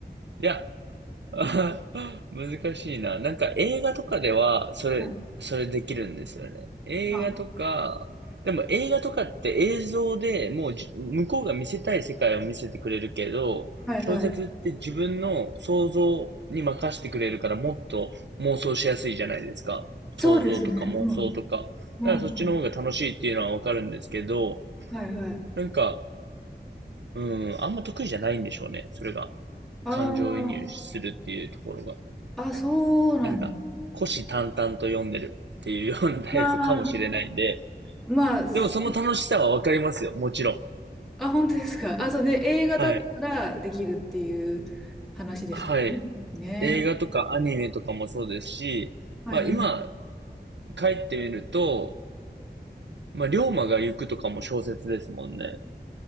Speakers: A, on the right; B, in the centre.
A: いや、<laughs> あ難しいな。なんか映画とかでは、それ、
B: はい
A: それできるんですよね。映画とか、
B: あ、
A: でも映画とかって映像でもうじ向こうが見せたい世界を見せてくれるけど、
B: はいはい。
A: 小説って自分の想像に任せてくれるからもっと妄想しやすいじゃないですか。
B: そうですね。
A: 想像とか妄想とか。
B: うん。うんうん。
A: だからそっちの方が楽しいっていうのはわかるんですけど、
B: はいはい。
A: なんか、うん、あんま得意じゃないんでしょうね。それが。
B: あ
A: 感情移入するっていうところが。
B: あ、あ、そうなんですね。
A: なんか、虎視眈々と読んでるっていうようなタイプかもしれないんで、
B: ああ、まあ、す
A: でもその楽しさはわかりますよ、もちろん。
B: あ、本当ですか。あ、そうね、映画だったらできるっていう
A: はい。
B: 話でしたね。
A: はい。
B: ね。
A: 映画とかアニメとかもそうですし、
B: はいはい。
A: まあ今、帰ってみると、まあ、龍馬が行くとかも小説ですもんね。